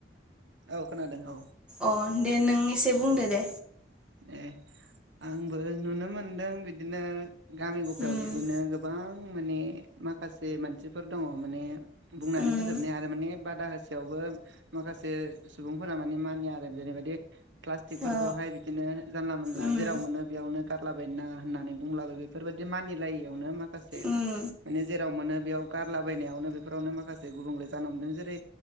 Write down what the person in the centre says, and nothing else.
अ दे नों एसे बुंदो दे।
उम
उम
औ
उम
उम